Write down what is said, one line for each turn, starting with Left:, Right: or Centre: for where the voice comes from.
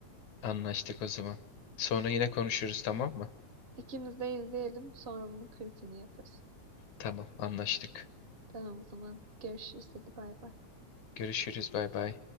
Left: Anlaştık o zaman. Sonra yine konuşuruz tamam mı?
Right: İkimiz de izleyelim sonra bunun kritiğini yaparız.
Left: Tamam, anlaştık.
Right: Tamam o zaman görüşürüz hadi bay bay.
Left: Görüşürüz, bay bay.